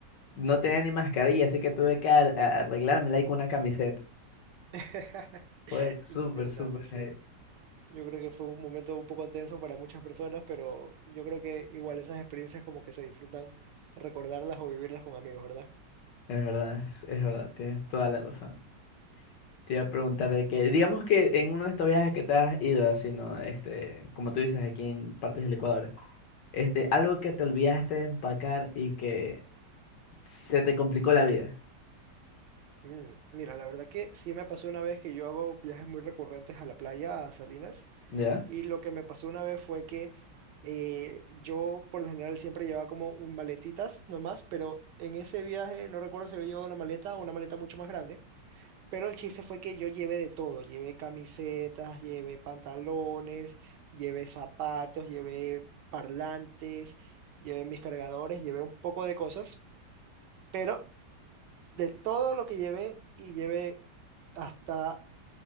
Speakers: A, on the left; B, on the right.
A: no tenía ni mascarilla, así que tuve que ar- a- arreglármela ahí con una camiseta.
B: <laughs>
A: Fue súper,
B: Interesante,
A: súper.
B: sí. Yo creo que fue un momento un poco tenso para muchas personas, pero yo creo que igual esas experiencias como que se disfrutan recordarlas o vivirlas con amigos, ¿verdad?
A: Es verdad, es, es verdad, tienes toda la razón. Te iba a preguntar de que, digamos que en uno de estos viajes que te has ido, así, ¿no? Este, como tú dices, aquí en partes del Ecuador, este, algo que te olvidaste de empacar y que se te complicó la vida,
B: Mm, Mira, la verdad que sí me pasó una vez que yo hago viajes muy recurrentes a la playa, a Salinas.
A: ¿ya?
B: Y lo que me pasó una vez fue que eh, yo por lo general siempre llevaba como un maletitas nomás, pero en ese viaje no recuerdo si había llevado una maleta o una maleta mucho más grande. Pero el chiste fue que yo llevé de todo, llevé camisetas, llevé pantalones, llevé zapatos, llevé parlantes, llevé mis cargadores, llevé un poco de cosas, pero de todo lo que llevé y llevé hasta,